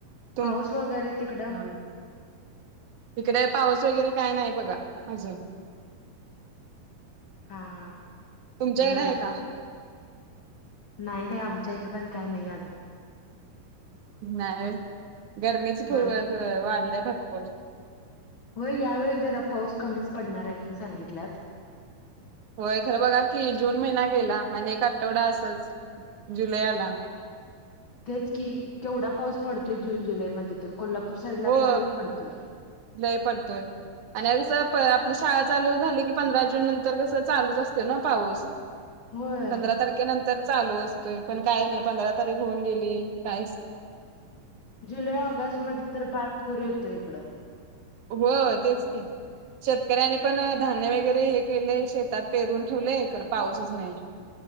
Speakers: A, on the right; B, on the left.
A: तुम
B: पाऊस वगैरे तिकडं
A: हा इकडे पाऊस वगैरे काय नाही बघा अजून
B: हा हा
A: तुमच्याकडे
B: बरं
A: आहे का
B: नाही नाही आमच्या इकडे पण काही नाही आज
A: नाही गरमीच पूर
B: ह
A: वाढलंय भरपूर
B: होय यावेेळी जरा पाऊस कमीच पडणार आहे म्हण सांगितल्यात
A: होय खरं बघा कि जून महिना गेला आणिने एक आठवडा असच जुलैला <inaudible>
B: तेच कि केवढा पाऊस पडतोय जून जुलै मध्ये तर कोल्हापूर साईडला
A: हो
B: तर लई पडतोय
A: लय पडतोय आणि आपली शाळा चालू झाली पंधरा जून नंतर कस चालुच अतयस ना पाऊस
B: होय
A: पंधरा तारन तर चालू असतोय पण काय नाही पंधरा तारीख होऊन गेली कायच
B: जुलै ऑगस्ट मध्ये तर फार पूर येतो इकडं
A: हो तेच ते शेतकऱ्यांनी पण धान्य वगैरे हे केले शेतात पेरून ठेवले हे ख पाऊसच नाही